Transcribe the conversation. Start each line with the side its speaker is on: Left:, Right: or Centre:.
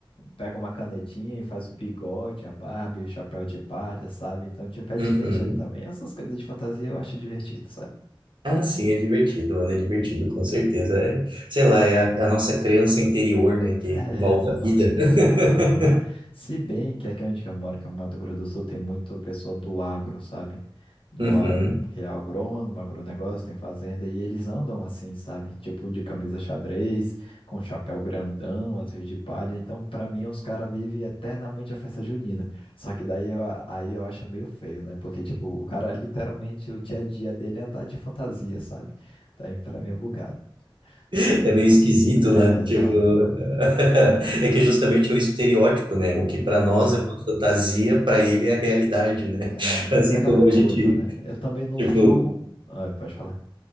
Left: pega uma canetinha e faz o bigode, a barba e o chapéu de palha, sabe? Então, tipo, é divertido
Right: Uhum.
Left: também. Essas coisas de fantasia eu acho divertido, sabe?
Right: Ah, sim, é divertido, mano, é divertido,
Left: Uhum.
Right: com certeza. É, sei lá, é a, a nossa criança interior, né, que
Left: É,
Right: volta
Left: exatamente.
Right: à vida. <laughs>
Left: Aham. Se bem que aqui onde que eu moro, que é o Mato Grosso do Sul, tem muito pessoa do agro, sabe? Do
Right: Uhum.
Left: a- que é agrônomo, agronegócio, tem fazenda, e eles andam assim, sabe? Tipo de camisa xadrez, com chapéu grandão, azul de palha. Então, pra mim, os caras vivem eternamente a festa junina. Só que daí eu, aí eu acho meio feio, né? Porque, tipo, o cara literalmente o dia a dia dele é andar de fantasia, sabe? Daí pra mim é bugado.
Right: <laughs>
Left: Pra mim.
Right: É meio esquisito,
Left: É,
Right: né?
Left: exato.
Right: Tipo, <laughs> é que justamente é o estereótipo, né? O que para
Left: É.
Right: nós é uma fantasia, para ele é a realidade, né?
Left: É,
Right: <laughs>
Left: mas
Right: Assim
Left: é aquela
Right: como
Left: coisa,
Right: a gente,
Left: né? Eu também não
Right: tipo,
Left: julgo. Ai, pode falar.